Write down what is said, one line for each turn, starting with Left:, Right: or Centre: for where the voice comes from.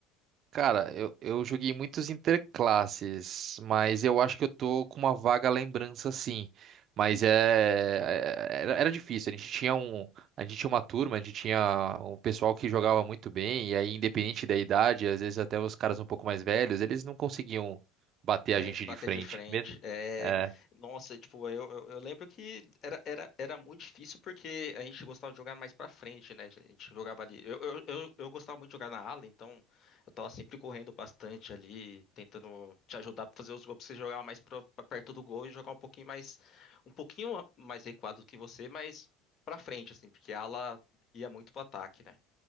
Right: Cara, eu, eu joguei muitos interclasses, mas eu acho que eu tô com uma vaga lembrança, sim. Mas é, é- era, era difícil. A gente tinha um, a gente tinha uma turma, a gente tinha um pessoal que jogava muito bem, e aí, independente da idade, às vezes até os caras um pouco mais velhos, eles não conseguiam bater
Left: É,
Right: a gente
Left: bater
Right: de frente.
Left: de frente.
Right: Mesmo,
Left: É,
Right: é,
Left: nossa, tipo, eu, eu, eu lembro que era, era, era muito difícil porque a gente gostava de jogar mais pra frente, né? A gente jogava ali. Eu, eu, eu, eu gostava muito de jogar na ala, então eu tava sempre correndo bastante ali, tentando te ajudar pra fazer os gols, pra você jogar mais pra, pra perto do gol e jogar um pouquinho mais, um pouquinho mais recuado do que você, mas pra frente, assim, porque a ala ia muito pro ataque, né?